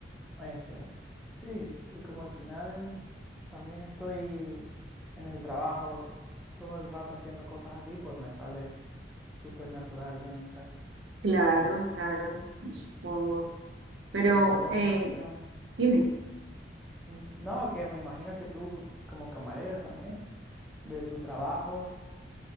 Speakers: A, in the centre; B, on the right.
A: eso es. Sí, y como al final también estoy en el trabajo todo el rato haciendo cosas así, pues me sale súper natural ya en mi caso.
B: Claro, claro, supongo. Pero
A: Ujú, Yo
B: eh,
A: me imagino,
B: dime,
A: n- no, que me imagino que tú como camarera también, de tu trabajo,